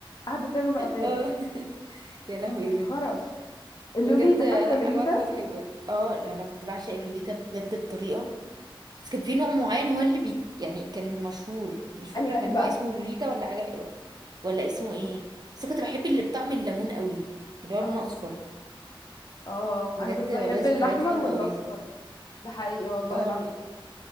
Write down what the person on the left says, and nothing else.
قاعده تعمل بقى فيا
كده
ده مسخره
اللوليتا
فاكره لوليتا
انهي واحد
بقى
اه
اه
انا كنت بحب
الاحمر
والاصفر
ده حقيقي والله
العظيم